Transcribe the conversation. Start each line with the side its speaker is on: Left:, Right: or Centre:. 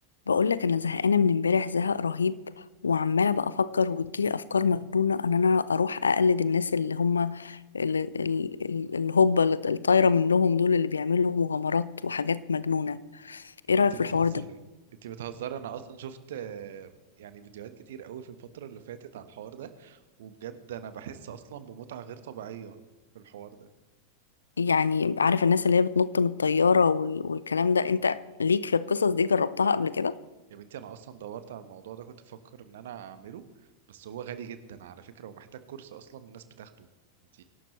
Left: بقول لك انا زهقانه من امبارح زهق رهيب وعماله بقى افكر وتجيلي افكار مجنونه ان انا اروح اقلد الناس اللي هم ال- ال- ال- الهبه اللي الطايره منهم دول اللي بيعملوا مغامرات وحاجات مجنونه ايه رايك
Right: انت
Left: في
Right: بتهزري
Left: الحوار ده
Right: انت بتهزري انا اصلا شفت آه، يعني فيديوهات كتير قوي في الفترة اللي فاتت على الحوار ده وبجد انا بحس اصلا بمتعة غير طبيعية في الحوار ده
Left: يعني عارف الناس اللي هي بتنط من الطياره وال- والكلام ده انت ليك في القصص دي جربتها قبل كده
Right: يا بنتي انا اصلا دورت على الموضوع ده كنت بفكر ان انا اعمله بس هو غالي جدا على فكرة ومحتاج كورس اصلا الناس بتاخده انت